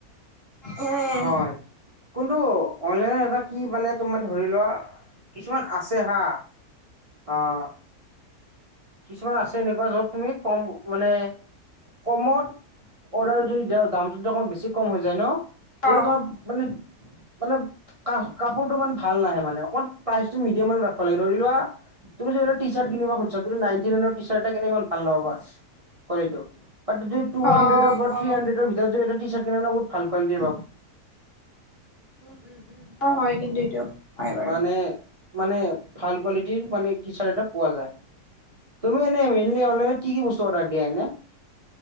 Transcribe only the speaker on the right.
হয় কোনটো অনলাইনৰ এপ কি মানে তোমাৰ ধৰি লোৱা, কিছুমান আছে হা অৱ, কিছুমান আছে এনেকুৱা যত তুমি কম মানে কমত অৰ্ডাৰ যদি দিয় দামটো যদি অকমান বেছি কম হৈ যায় ন
এয়া তোমাৰ মানে
মানে ক কাপোৰতটো ইমান ভাল নাহে মানে অকণমান প্ৰাইচটো মিডিয়াম মানত ৰাখিব লাগে ধৰি লোৱা তুমি যে টি চাৰ্ট কিন খুজিচা নাইণ্ঠি নাইনৰ তৃষাত এটানে ইমান ভাল নাপাবা। কোৱালি ব যদি টু হাড্ৰেডৰ
থ্ৰী
হানড্ৰেডৰ ভিতৰতদি এটা টিচাৰত কিনা ন বহুত ভাল কোৱালিটি
মানে মানে ভাল কোৱালিটিৰ মানে টি চাৰ্ট এটা পোৱা যায়। তুমি এনেই মেইনলি অনলাইনত কি কি বস্তু অৰ্ডাৰ দিয়া এনে!